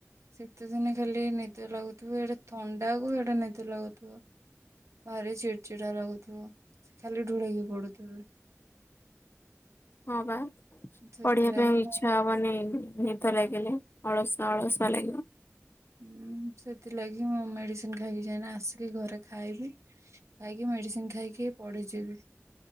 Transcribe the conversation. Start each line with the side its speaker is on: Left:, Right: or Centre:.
Right: ଶୀତ ଦିନେ ଖାଲି ନିଦ ଲାଗୁଥିବ ଇଆଡ଼େ ଥଣ୍ଡାକୁ ଇଆଡେ ନିଦ ଲାଗୁଥିବ। ଭାରି ଚିଡ଼ି ଚିଡା ଲାଗୁଥିବ ଖାଲି ଢୁଳେଇକି ପଡୁଥିବି।
Left: ହଁ ବା
Right: ସେଥିଲାଗି
Left: ପଢିବା ପାଇଁ ଆଉ
Right: ମୁଁ
Left: ଇଛା ହବନି ନିଦ ଲାଗିଲେ ଅଳସୁଆ ଅଳସୁଆ ଲାଗିବ।
Right: ଉଁ ସେଥିଲାଗି ମୁଁ ମେଡ଼ିସିନ ଖାଇକି ଯାଏନା ଆସିକି ଘରେ ଖାଇବି। ଖାଇକି ମେଡିସିନ ଖାଇକି ପଡିଯିବି।